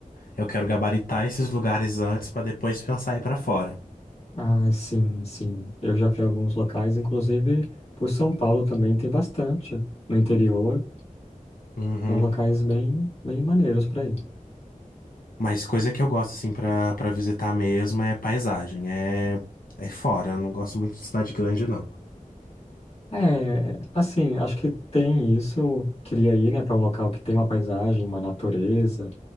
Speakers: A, on the left (about 85°); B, on the left (about 45°).
A: eu quero gabaritar esses lugares antes pra depois pensar ir pra fora.
B: Ah, sim, sim. Eu já fui a alguns locais, inclusive por São Paulo também tem bastante no interior.
A: Uhum.
B: Tem uns locais bem, bem maneiros para ir.
A: Mas coisa que eu gosto assim pra para visitar mesmo é paisagem, é é fora, eu não gosto muito de cidade grande não.
B: É, assim, acho que tem isso. Eu queria ir, né, para um local que tem uma paisagem, uma natureza,